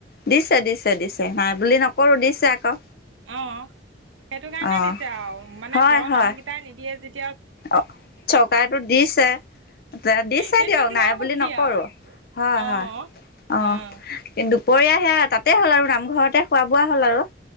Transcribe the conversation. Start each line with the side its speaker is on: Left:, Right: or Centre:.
Left: দিছে -দিছে -দিছে নাই বুলি নকৰো দিছে আকৌ
Right: অহ সেইটো কাৰণে
Left: অ
Right: দিছে আৰু মানে
Left: হয়
Right: ঘৰৰ
Left: হয়
Right: মানুহ কেইটাই নিদিয়ে যে
Left: অ' চৰকাৰেটো দিছে দিছে
Right: সেইটোক
Left: দিয়ক
Right: লৈ
Left: নাই
Right: সুখী
Left: বুলি নকৰো
Right: আৰু
Left: হয়
Right: অঁ
Left: হয় অ
Right: অঁ
Left: কিন্তু দুপৰীয়া সেই তাতে হ'ল আৰু নামঘৰতে খোৱা বোৱা হ'ল আৰু।